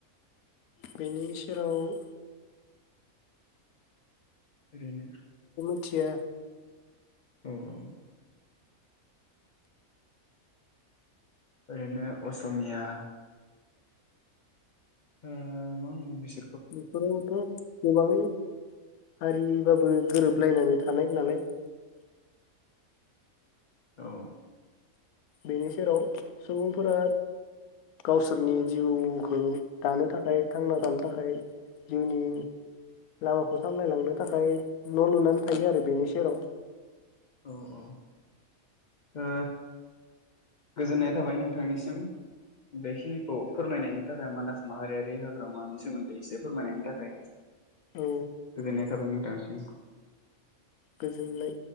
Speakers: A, on the left; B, on the left.
A: बेनि सेराव
B: ओरैनो
A: <inaudible> थिया
B: औ औ ओरैनो असमिया ओ मा होनो बिस
A: बेफोरावथ गोबां हारिबाबो गोरोबलायनानै थानाय नालाय
B: औ
A: बेनि सेराव सुबुंफोरा गावसोरनि जिउखौ दानो थाखाय थांना थानो थाखाय जिउनि लामाखौ सामलायलांनो थाखाय न' लुनानै थायो आरो बेनि सेराव
B: औ औ ओ गोजोननाय थाबाय नोंथांनिसिम बेखिनिखौ फोरमायनायनि थाखाय मानास माहारियारि हाग्रामानि सोमोन्दै एसे फोरमायनायनि थाखाय
A: औ
B: गोजोन्नाय थाबाय नोंथांनिसिम <unintelligible>
A: गोजोननाय